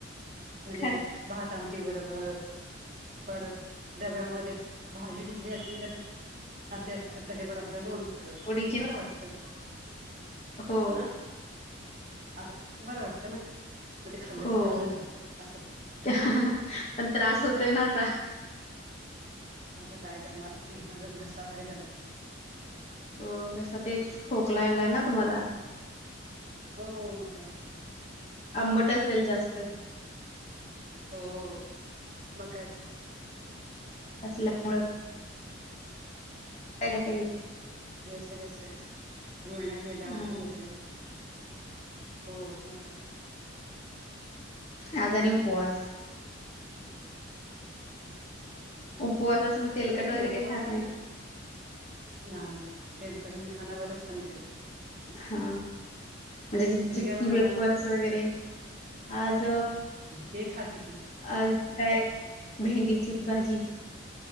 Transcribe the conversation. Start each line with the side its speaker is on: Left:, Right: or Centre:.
Right: म्हणजे
Left: का?
Right: भहात आमची बरोबर परत डब्यामध्ये भाजी कुठली असे तर असे असेल तर त्याच्यावर आपलं लोनच
Left: ओची
Right: ब वाटतं
Left: हो
Right: हा असं बरं वाटतं ना म ते खाल्लं
Left: हो.
Right: की खाल्लच जातं असे
Left: पण त्रास होतोय ना आता
Right: आता काय करणार घसाफारी झाली
Left: हो कसा तेच खोकलायलाय ना तुम्हाला
Right: हच् हो मका
Left: आंबट असेल जास्त
Right: हो मग काय
Left: असल्यामुं कडाक
Right: घसले घस गुळण्या केल्या औषध
Left: हा
Right: घेतले हो म
Left: अजननीपवास
Right: च क आहे
Left: उपवासाच मग तेलकट
Right: ते सणऊपवास
Left: वगैरे काही खात
Right: आणि
Left: नाही
Right: नाही नाही खळेल कडे मी खाण बरंच कमी केलं
Left: हा म्हणजे
Right: तुम्ही काय बनवला
Left: वेपर
Right: आज
Left: वगैरे आज
Right: ते खाते की
Left: आज काय भेंडीची भाजी